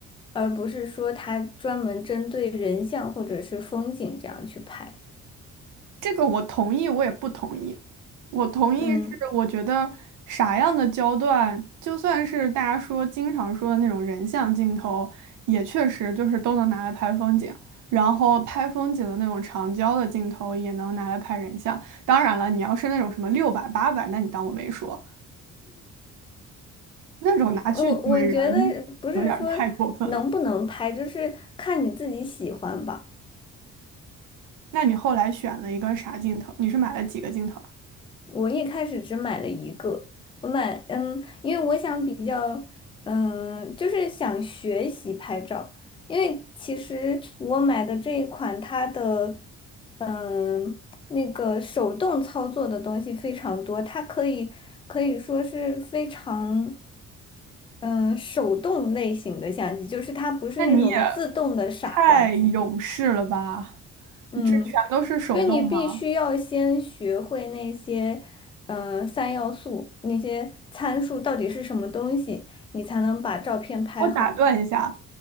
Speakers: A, on the left (about 20°); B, on the right (about 80°).
A: 而不是说它专门针对人像或者是风景这样去拍。
B: 这个我同意，我也不同意。我同意是，
A: 嗯，
B: 我觉得啥样的焦段，就算是大家说经常说的那种人像镜头，也确实就是都能拿来拍风景。然后拍风景的那种长焦的镜头也能拿来拍人像。当然了，你要是那种什么六百、八百，那你当我没说，那种拿去怼人有点儿太过分了。
A: 我我觉得不是说能不能拍，就是看你自己喜欢吧。
B: 那你后来选了一个啥镜头？你是买了几个镜头啊？
A: 我一开始只买了一个，我买嗯，因为我想比较嗯，就是想学习拍照，因为其实我买的这一款它的嗯那个手动操作的东西非常多，它可以可以说是非常嗯手动类型的相机，就是它不是那种自动的傻瓜机。
B: 那你也太勇士了吧？
A: 嗯，
B: 这全都是手动吗？
A: 就你必须要先学会那些，嗯、三要素，那些参数到底是什么东西，你才能把照片拍好。
B: 我打断一下，